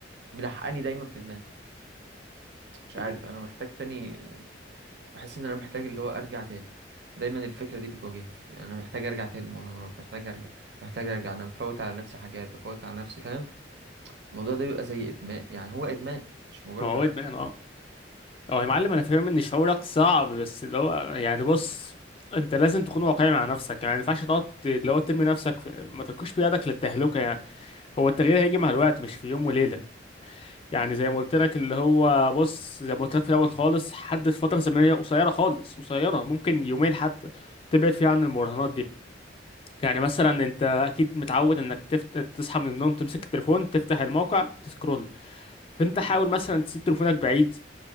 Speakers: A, on the right; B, on the left.
A: ملحقاني دايما في دماغي مش عارف
B: مم.
A: انا محتاج تاني بحس ان انا محتاج اللي هو ارجع تاني دايما الفكره دي بتواجهني يعني انا محتاج ارجع تاني المراهنات محتاج ارجع محتاج ارجع انا مفوت على نفسي حاجات بفوت على نفسي فاهم الموضوع ده بيبقى زي ادمان يعني هو ادمان مش مجرد
B: ما هو
A: عادة.
B: ادمان اه هو يا معلم انا فاهم ان شعورك صعب بس اللي هو يعني بص انت لازم تكون واقعي مع نفسك يعني ما ينفعش تقعد ت- اللي هو ترمي نفسك في... ما تركوش بيدك للتهلكة يعني هو التغيير هيجي مع الوقت مش في يوم وليلة يعني زي ما قلت لك اللي هو بص زي ما قلت لك في الاول خالص حدد فترة زمنية قصيرة خالص قصيرة ممكن يومين حتى تبعد فيها عن المراهنات دي يعني مثلا انت اكيد متعود انك تفت... تصحى من النوم تمسك التليفون تفتح الموقع تسكرول فانت حاول مثلا تسيب تليفونك بعيد